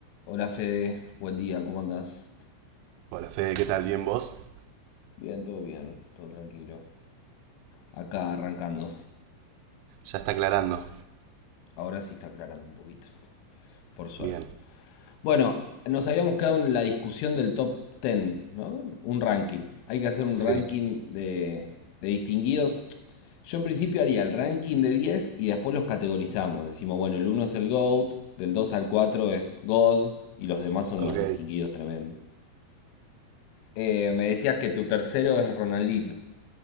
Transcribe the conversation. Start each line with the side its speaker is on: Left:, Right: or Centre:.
Left: Hola Fede, buen día, ¿cómo andás?
Right: Hola Fede, ¿qué tal? ¿Bien vos?
Left: Bien, todo bien, todo tranquilo. Acá arrancando.
Right: Ya está aclarando.
Left: Ahora sí está aclarando un poquito, por suerte.
Right: Bien.
Left: Bueno, nos habíamos quedado en la discusión del top 10, ¿no? Un ranking. Hay que hacer un
Right: Sí.
Left: ranking de, de distinguidos. Yo en principio haría el ranking de 10 y después los categorizamos. Decimos, bueno, el uno es el GOAT, del 2 al 4 es God y los demás son
Right: Ok.
Left: unos distinguidos tremendos. Eh, me decías que tu tercero es Ronaldinho.